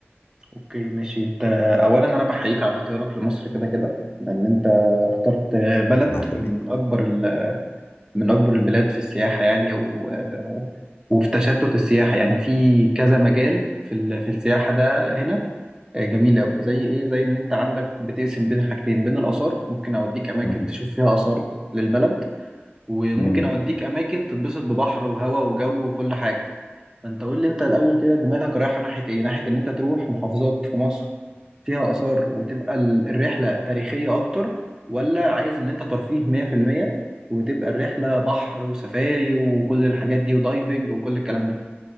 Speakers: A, on the right (about 15°); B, on the left (about 70°).
A: اوكي ماشي انت اولا انا بحييك على اختيارك لمصر كده كده لان انت اخترت بلد
B: ربنا يخليك
A: من اكبر ال... من اكبر البلاد في السياحه يعني و... وفي تشتت السياحه يعني في كذا مجال في ال... في السياحه ده هنا آه، جميل قوي زي ايه زي ان انت عندك بتقسم بين حاجتين بين الاثار ممكن اوديك اماكن
B: مهم.
A: تشوف فيها اثار للبلد وممكن
B: جميل
A: اوديك اماكن تتبسط ببحر وهواء وجو وكل حاجه فانت قول لي انت الاول كده دماغك رايحه ناحيه ايه ناحيه ان انت تروح محافظات في مصر فيها آثار وتبقى ال- الرحلة تاريخية أكتر ولا عايز إن أنت ترفيه 100% وتبقى الرحلة بحر وسفاري وكل الحاجات دي ودايفنج وكل الكلام ده